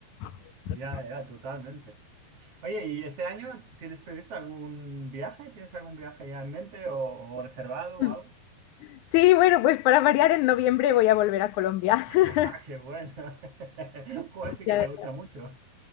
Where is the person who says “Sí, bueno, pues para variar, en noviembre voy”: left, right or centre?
Left